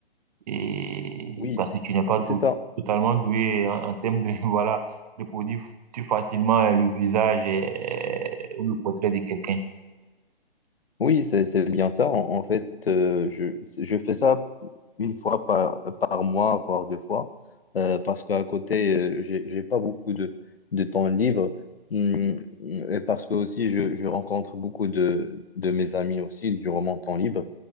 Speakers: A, on the right (about 40°); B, on the left (about 70°).
A: et
B: oui,
A: parce que tu n'es pas
B: c'est
A: tout-
B: ça.
A: totalement doué en, en termes de <laughs> voilà de produire plus facilement euh, le visage et, et- ou le portrait de quelqu'un.
B: Oui, c'est c'est bien ça. En, en fait, euh, je, je fais ça une fois par, par mois, voire deux fois, euh, parce qu'à côté, euh, j'ai j'ai pas beaucoup de, de temps libre. Hum, Et parce que aussi, je, je rencontre beaucoup de, de mes amis aussi durant mon temps libre.